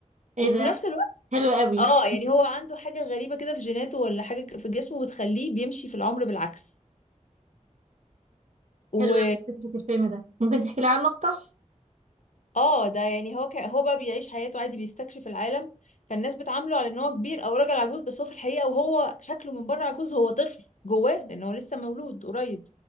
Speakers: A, on the right; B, on the left.
A: ايه
B: وفي
A: ده؟
B: نفس الوقت
A: حلو قوي
B: اه يعني هو عنده حاجة غريبة كده في جيناته ولا حاجة في جسمه بتخليه بيمشي في العمر بالعكس و
A: حلو قوي فكرة الفيلم ده ممكن تحكي لي عنه أكتر؟
B: اه ده يعني هو ك... هو بقى بيعيش حياته عادي بيستكشف العالم فالناس بتعامله على ان هو كبير او راجل عجوز بس هو في الحقيقة وهو شكله من بره عجوز هو طفل جواه لان هو لسه مولود قريب